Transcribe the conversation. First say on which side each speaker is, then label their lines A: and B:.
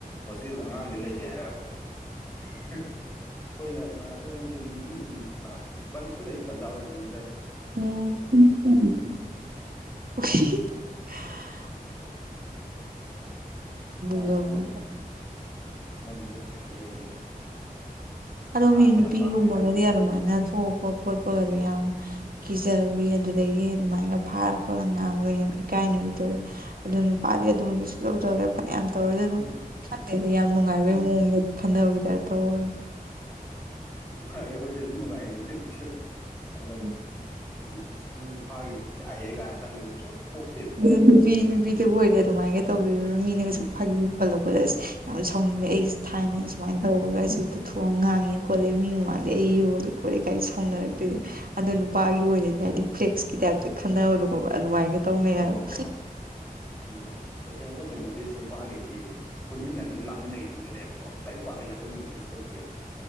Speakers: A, on the left; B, on the right.
A: ꯍꯣꯁꯇꯦꯜꯗ ꯑꯉꯥꯡꯖꯦ ꯂꯩꯇꯦ ꯍꯥꯏꯔꯛꯑꯕꯀꯣ ꯍ <unintelligible> ꯑꯩꯈꯣꯏꯅ ꯏꯃꯥꯟꯅꯕꯩ ꯃꯌꯨꯝꯗ ꯅꯨꯃꯤꯠ ꯅꯤꯅꯤ ꯍꯨꯝꯅꯤꯖꯤ ꯄꯨꯔꯥ ꯕꯟꯖꯨ ꯂꯩꯕ ꯇꯟꯖꯥ ꯑꯣꯏꯕꯅꯤꯅꯦ ꯑꯗꯨꯗꯥ
B: ꯑꫭ <unintelligible>
A: ꯌꯥꯝ ꯉꯎꯁꯟꯅꯔꯛꯏꯗ
B: ꯉꯝꯃꯤ
A: ꯂꯝꯖꯦ ꯌꯥꯝ ꯍꯦꯜꯂꯦ
B: ꯑꯗꯣ
A: ꯂꯥꯡꯕ
B: ꯃꯤ ꯅꯨꯄꯤꯒꯨꯝꯕꯒꯗꯤ
A: ꯌꯥꯝ ꯄꯥꯝꯕ ꯍꯥꯏꯇꯥꯔꯦ ꯃꯤ ꯄꯨꯜꯂꯒ
B: ꯑꯗꯨꯃꯥꯏꯅ ꯊꯣꯛꯄ ꯈꯣꯠꯄꯒꯗꯨ ꯌꯥꯝ ꯀꯤꯖꯕꯤ ꯑꯗꯨꯗꯒꯤ ꯑꯗꯨꯃꯥꯏꯒ ꯐꯥꯔ ꯈꯣꯠꯂꯒ ꯉꯥꯡꯕꯗꯣ ꯌꯥꯝ ꯏꯀꯥꯏꯅꯕꯤ ꯇꯧꯋꯤ ꯑꯗꯨ ꯅꯨꯄꯥꯗꯤ ꯑꯗꯨꯝꯁ ꯂꯧ ꯇꯧꯔꯦ ꯐꯅꯌꯥꯝ ꯇꯧꯔꯣꯏꯗꯅ
A: ꯎꯝ
B: ꯈꯪꯗꯩꯗꯤ ꯌꯥꯝ ꯅꯨꯡꯉꯥꯏꯕꯩ
A: ꯎꯝ
B: ꯃꯑꯣꯡꯗ ꯈꯟꯅꯕꯩ ꯇꯥꯏꯞ ꯇꯧꯏ
A: ꯅꯨꯡꯉꯥꯏ ꯑꯩꯈꯣꯏꯁꯨ ꯑꯗꯨꯝ ꯅꯨꯡꯉꯥꯏꯔꯤ ꯍꯧꯖꯤꯛꯁꯨ ꯈꯜꯂꯒ꯫
B: ꯎꯝ
A: ꯍꯥꯏꯗꯤ ꯑꯁ ꯑꯗꯨꯗꯨ ꯐꯥꯈꯤꯕꯗꯩ ꯏꯀꯥꯏꯍꯦ ꯀꯥꯏꯅ ꯈꯟꯕꯗꫭ ꯁꯣꯏ ꯄꯣꯛꯇꯦꯕ꯫
B: ꯑꯗꯨꯝ ꯅꯨꯄꯤ ꯅꯨꯄꯤꯗꯕꯨ ꯑꯣꯏꯔꯗꯤ ꯑꯗꯨꯃꯥꯏꯅꯒ ꯇꯧꯕꯤ ꯃꯤꯅꯒ
A: ꯎꯝ
B: ꯁꯨꯝ ꯐꯥꯒꯤ ꯄꯜꯂꯨꯕꯗ ꯑꯁ ꯌꯥꯝ ꯁꯥꯎꯅꯤꯡꯑꯦ ꯑꯩꯒꯤꯁ ꯊꯥꯏꯅ ꯁꯨꯃꯥꯏꯅ ꯇꯧꯔꯒ ꯑꯩ ꯄꯨꯊꯣꯛꯑꯒ ꯉꯥꯡꯑꯦ ꯈꯣꯠꯂꯦ ꯃꯤ ꯃꯃꯥꯡꯗꯦ ꯑꯩ ꯌꯣꯜꯂꯦ ꯈꯣꯠꯂꯦ ꯀꯥꯏ ꯁꯥꯎꯅꯔꯛꯇꯣꯏꯁꯦ꯫ ꯑꯗꯣ ꯅꯨꯄꯥꯒꯤ ꯑꯣꯏꯅꯗꯤ ꯍꯥꯏꯗꯤ ꯐ꯭ꯂꯦꯛꯁꯀꯤ ꯇꯥꯏꯞꯇ ꯈꯟꯅꯕꯗꯣ ꯈ꯭ꯪꯕ꯭ꯔꯥ ꯑꯗꯨꯃꯥꯏꯅ ꯇꯧꯅꯩ
A: ꯍꯣꯏ
B: ꯍꯥꯏꯕ
A: ꯍꯣꯏ ꯍꯣꯏ ꯍꯣꯏ ꯑꯗꯨꯅꯦ ꯇꯊꯦꯡꯕꯜ ꯃꯦꯃꯣꯔꯤꯁ ꯅꯨꯄꯥꯒꯤꯗꯤ ꯄꯨꯟꯃꯤꯟꯅꯈꯤꯕ ꯂꯥꯡꯃꯤꯟꯅꯈꯤꯕꯗꯨꯅꯦꯕꯀꯣ ꯂꯥꯏꯔꯤꯛ ꯄꯥꯃꯤꯟꯅꯕꯒꯤ ꯃꯦꯃꯣꯔꯤꯁ ꯂꯩꯇꯦꯕ꯫